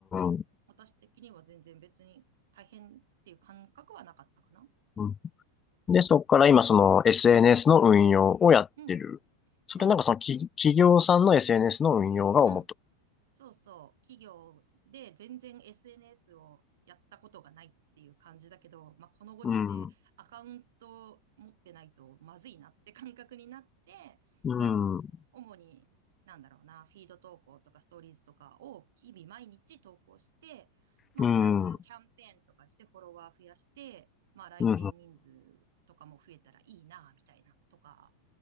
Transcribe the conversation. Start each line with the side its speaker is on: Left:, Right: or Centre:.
Left: ん。
Right: 私的には全然別に大変っていう感覚はなかったかな。
Left: うんで、そこから今その SNS の運用をやってる。
Right: うん。そ
Left: それなんかその企、企業さんの SNS の運用が主と。
Right: う。うん。そうそう、企業で全然 SNS をやったことがないっていう感じだけど、まあ、このご時世、
Left: う
Right: アカウント持ってないとまずいなって感覚になって、まあ、
Left: ん。うん。
Right: 主に、なんだろうな、フィード投稿とかストーリーズとかを日々毎日投稿して、まあ、
Left: うん。
Right: プラスキャンペーンとかしてフォロワー増やして、
Left: うん。う
Right: まあ、来店人数とかも増えたらいいな、
Left: ん。
Right: みたいな、とか、